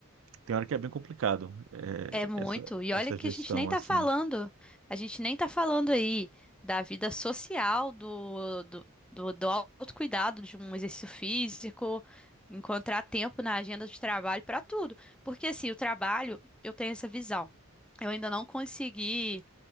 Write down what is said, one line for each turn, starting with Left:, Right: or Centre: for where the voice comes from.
Right: tem hora que é bem complicado é,
Centre: É muito.
Right: essa,
Centre: E
Right: essa
Centre: olha que
Right: gestão
Centre: a gente nem tá
Right: assim.
Centre: falando. A gente nem tá falando aí da vida social, do, do, do, do autocuidado, de um exercício físico, encontrar tempo na agenda de trabalho para tudo. Porque assim, o trabalho, eu tenho essa visão. Eu ainda não consegui,